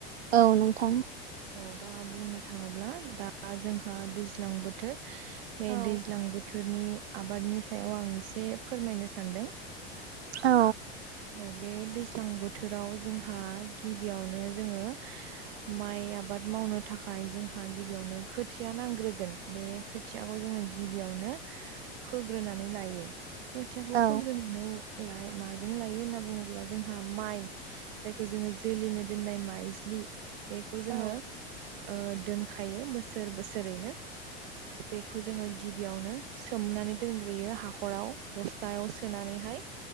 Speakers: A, on the right; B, on the right.
A: औ नोंथां
B: औ दा बुंनो थाङोब्ला दा जोंहा दैज्लां बोथोर बे
A: औ
B: दैज्लां बोथोर बेफोरनि आबादनि सायाव आं एसे फोरमायनो सानदों,
A: औ
B: अ बे दैज्लां बोथोराव जोंहा गिबियावनो जोङो माइ आबाद, आबाद मावनो थाखाय जोंहा गिबियावनो खोथिया नांग्रोगोन बे खोथियाखौ जोङो गिबियावनो, फोग्रोनानै लायो खोथियाखौ
A: औ
B: फोग्रोनानै लायो। लायो होनना बुङोब्ला जोंहा माइ जायखौ जोङो जोलैनो दोननाय माज्लि, बेखौ जोङो
A: औ
B: ओ दोनखायो बोसोर बोसोरैनो बेखौ जोङो गिबियावनो सोमनानै दोनग्रोयो हाखराव बस्थ बस्थायाव सोनानैहाय